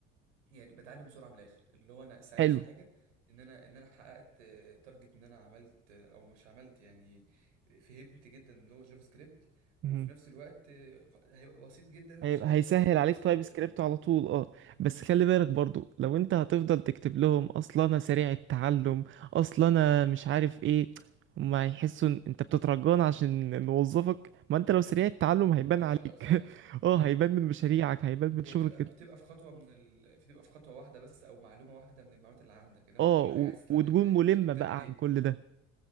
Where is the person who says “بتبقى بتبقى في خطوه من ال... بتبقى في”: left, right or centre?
Right